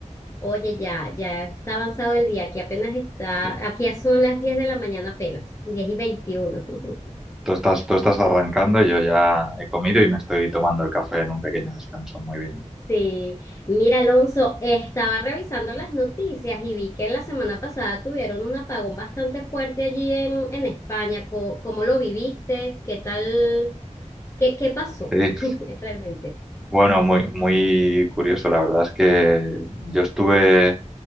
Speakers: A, on the left; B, in the centre.
A: Oye, ya, ya está avanzado el día, aquí apenas está,
B: Sí.
A: aquí son las diez de la mañana apenas, 10 y veintiuno. <laughs>
B: Tú estás, tú estás arrancando, yo ya he comido y me estoy tomando el café en un pequeño descanso. Muy bien.
A: Sí, mira Alonso, estaba revisando las noticias y vi que la semana pasada tuvieron un apagón bastante fuerte allí en, en España. Co- ¿Cómo, lo viviste? ¿Qué tal? ¿Qué, qué pasó
B: Sí.
A: <laughs> realmente?
B: Bueno, muy, muy curioso. La verdad es que yo estuve